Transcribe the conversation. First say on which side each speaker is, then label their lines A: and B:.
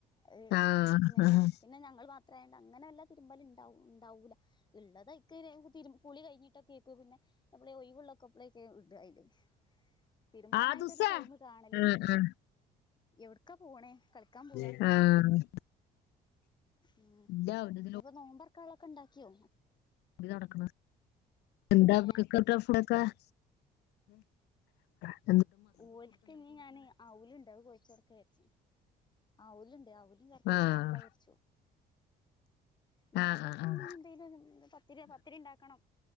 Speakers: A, on the left; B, on the left.
A: അഅ്
B: ആഹ്
A: നിന്ന
B: ആഹ്
A: പിന്ന ഞങ്ങൾ മാത്രെ അങ്ങനെല്ല തിരുമ്പല്ണ്ടാവു ണ്ടാവൂല ഇള്ളതയ്ക്ക് ര് തിര് കുളി കഴിഞ്ഞിട്ടൊക്കെയ്ക്കു പിന്നെ എപ്ളെ ഒയിവുള്ളക്കപ്പളെക്കെ ഇട്വായില്. തിര്മ്പാനായിട്ടൊര്
B: ആദുസേ
A: ടൈമ് കാണലില്.
B: ആഹ് ആഹ്
A: എവിട്ക്കാ പോണേ? കളിക്കാൻ
B: <inaudible>
A: പോവാ
B: ആഹ്.
A: ഉം.
B: ഇല്ല അവനിതില്
A: നിപ്പം നോമ്പർക്കാളൊക്കണ്ടാക്ക്യോ?
B: <unintelligible> നടക്ക്ണ് എന്താ
A: ഏഹ്
B: പ്പ <unintelligible> <inaudible>
A: ഓൽക്ക്ന്ന് ഞാന് ഔല്ണ്ട് അഅ് കൊയച്ചൊടക്ക യാരിച്ച. ഔല്ണ്ട് ഔ <unintelligible> ചർക്കരിം
B: ആഹ്
A: കൊയക്കചാരിച്ചു. നോംമ്പർക്കും
B: ആഹ് ആഹ് ആഹ്
A: <inaudible> ന്തേലൊര് പത്തിര്യോ പത്തിരിണ്ടാക്കണം.